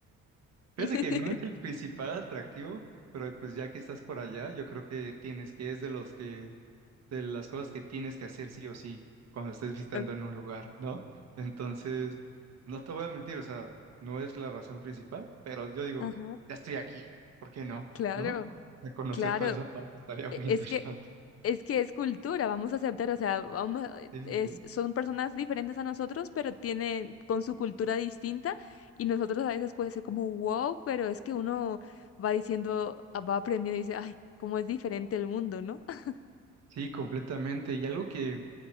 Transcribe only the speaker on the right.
Fíjate
que no es el principal atractivo, pero pues ya que estás por allá, yo creo que tienes que es de los que de las cosas que tienes que hacer sí o sí cuando estés visitando
en un lugar, ¿no? Entonces, no te voy a mentir, o sea, no es la razón principal, pero yo digo,
ya estoy aquí, ¿por qué no?
¿No? De conocer
toda esa parte estaría
muy <laughs>
interesante.
Sí,
sí, sí.
Sí, completamente. Y algo que